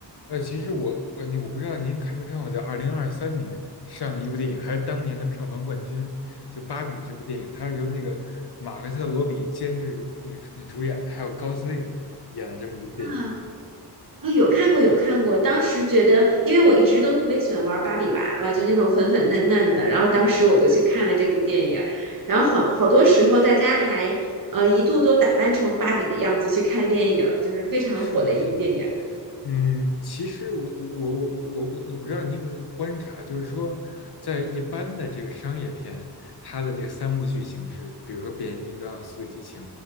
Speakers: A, on the left; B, on the right.
A: 呃，其实我我那我不知道您看没看过，在二零二三年上的一部电影，还是当年的票房冠军，就《芭比》这部电影，它是由那个马克特罗比监制，那个那主演，还有高司令演的这么一部电影。
B: 啊，啊有看过，有看过。当时觉得，因为我一直都特别喜欢玩芭比娃娃，就那种粉粉嫩嫩的。然后当时我就去看了这部电影，然后好好多时候大家还呃一度都打扮成芭比的样子去看电影，就是非常火的一部电影。
A: 是的，是的，嗯，其实我我我我我我我不知道你有没有观察，就是说，在一般的这个商业片，它的这个三幕剧形式，比如说《变形金刚》《速度与激情》，